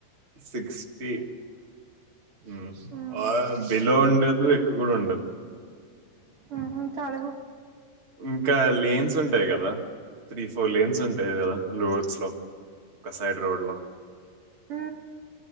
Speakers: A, on the right; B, on the right.
A: సిక్స్టీ ఉమ్
B: ఉమ్
A: ఆ బిలో ఉన్ ఎక్కువ కూడా ఉండదు
B: ఆహా తాలుగు
A: ఇంకా లేన్స్ ఉంటాయి కదా త్రీ ఫోర్ లేన్స్ ఉంటాయి కదా రోడ్స్ లో ఒక సైడ్ రోడ్ లో
B: మ్